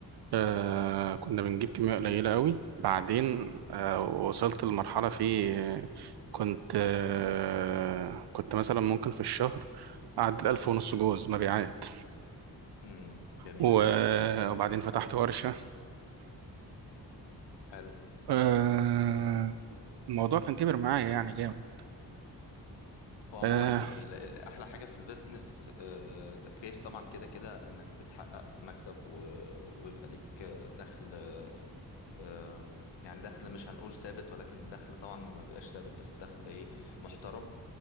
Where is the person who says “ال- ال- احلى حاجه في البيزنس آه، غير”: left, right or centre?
Left